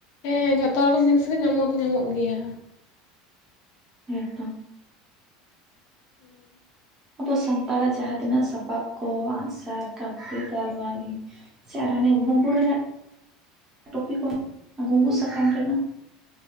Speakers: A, on the left; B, on the right.
A: ᱦᱮᱸ ᱡᱷᱚᱛᱚ ᱞᱮᱠᱚᱢ ᱡᱤᱱᱤᱥ ᱜᱮ ᱧᱟᱢᱚᱜ ᱫᱚ ᱧᱟᱢᱚᱜ ᱜᱮᱭᱟ᱾
B: ᱦᱮᱛᱚ
A: ᱦᱮᱸ
B: ᱟᱵᱚ ᱥᱟᱱᱛᱟᱲᱟᱜ ᱡᱟᱦᱟᱸ ᱛᱤᱱᱟᱹᱜ ᱥᱟᱯᱟᱵ ᱠᱚ ᱟᱸᱜᱥᱟᱨ ᱠᱟᱹᱯᱤ ᱫᱟᱞᱣᱟᱲᱤ ᱪᱟᱨ ᱦᱟᱱᱮ ᱜᱩᱦᱩᱢ ᱠᱩᱨᱮᱱᱟᱜ ᱴᱚᱯᱤ ᱠᱚ ᱜᱩᱝᱜᱩ ᱥᱟᱠᱟᱢ ᱨᱮᱱᱟᱜ